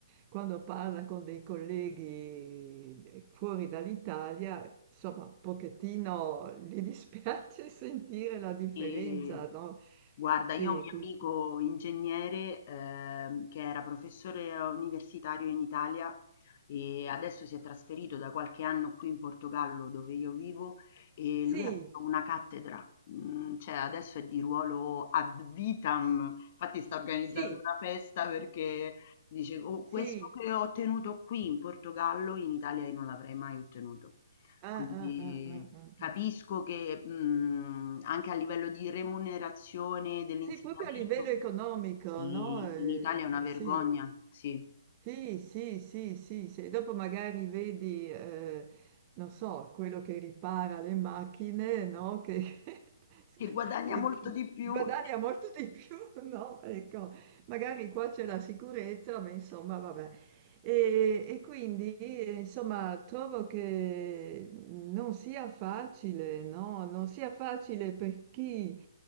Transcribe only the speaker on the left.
E
guarda,
io ho un mio
amico ingegnere ehm, che era professore eh, universitario in Italia e adesso si è trasferito da qualche anno qui in Portogallo dove io vivo e
lui ha avuto una cattedra, mm, cioè adesso è di ruolo ad vitam, infatti sta organizzando
una festa perché dice "Oh,
questo che ho ottenuto qui in Portogallo in Italia io non l'avrei mai ottenuto. Quindi
capisco
che, mhmm, anche a livello di remunerazione dell'insegnamento
sì,
in Italia è una vergogna,
sì,
che guadagna
molto
di più